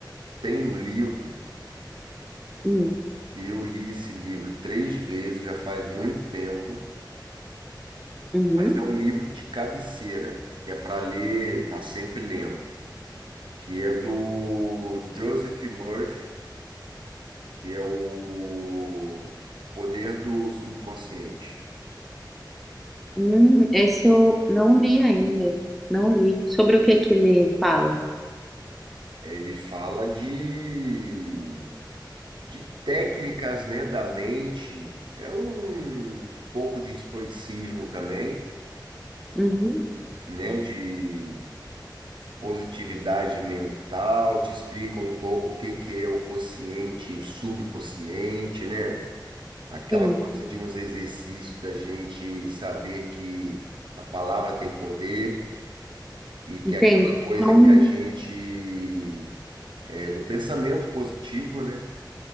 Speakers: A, on the right; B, in the centre.
A: tem um livro
B: Hum,
A: que eu li esse livro três vezes, já faz muito tempo,
B: uhum.
A: mas é um livro de cabeceira, que é para ler, tá sempre lendo, que é do Joseph Murphy, que é o Poder do Subconsciente.
B: Hum, esse eu não li ainda. Não li. Sobre o que que ele fala?
A: É, Ele fala de, de técnicas, né, da mente. É um pouco de estoicismo também
B: Uhum,
A: né, de positividade mental, te explica um pouco o que que é o consciente e o subconsciente, né? Aquela
B: sim,
A: coisa de uns exercícios da gente saber que a palavra tem poder e
B: entendi.
A: que é aquela coisa
B: Então,
A: que a gente é do pensamento positivo, né?